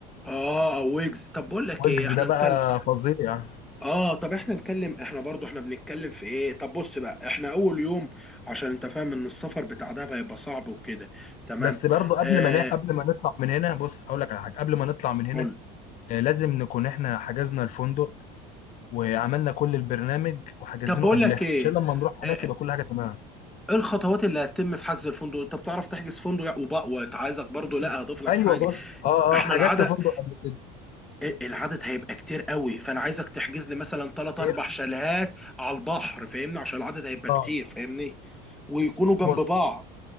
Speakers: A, in the centre; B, on the left.
A: اه او ويجز طب بقول لك
B: ويجز
A: ايه احنا
B: ده بقى
A: نكلم
B: فظيع
A: اه طب احنا نتكلم احنا برضو احنا بنتكلم في ايه طب بص بقى احنا اول يوم عشان انت فاهم ان السفر بتاع دهب هيبقى صعب وكده تمام
B: بس برضه
A: آه
B: قبل ما ن- قبل ما نطلع من هنا بص اقول لك على حاجه قبل ما نطلع من هنا
A: قول
B: آه، لازم نكون احنا حجزنا الفندق وعملنا كل البرنامج وحجزينه
A: طب بقول
B: قبلها
A: لك ايه
B: عشان لما نروح
A: آه،
B: هناك يبقى كل حاجه تمام
A: ايه الخطوات اللي هتتم في حجز الفندق انت بتعرف تحجز فندق وبقى وعايزك برضو لا هضيف لك
B: ايوه
A: حاجه
B: بص اه
A: احنا
B: اه حجزت
A: العدد
B: فندق قبل كده
A: إيه، العدد هيبقى كتير قوي فانا عايزك تحجز لي مثلا ثلاث اربع
B: إيه؟
A: شاليهات على البحر فاهمني عشان العدد هيبقى كتير
B: اه
A: فاهمني ويكونوا جنب
B: بص
A: بعض